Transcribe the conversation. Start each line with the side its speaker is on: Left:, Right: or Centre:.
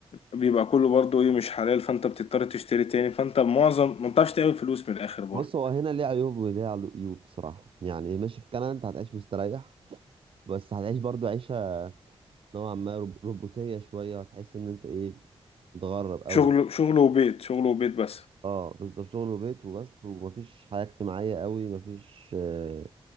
Left: بيبقى كله برضو ايه مش حلال فانت بتضطر تشتري تاني فانت معظم ما بتعرفش تعمل فلوس من الاخر برضو
Right: بص هو هنا ليه عيوب وليه علو- عيوب بصراحه يعني ماشي في كندا انت هتعيش مستريح بس هتعيش برضو عيشه نوعا ما روب- روبوتيه شويه هتحس ان انت ايه متغرب قوي
Left: شغل شغل وبيت شغل وبيت بس
Right: اه بالظبط شغل وبيت وبس ومفيش حياه اجتماعيه قوي مفيش آه،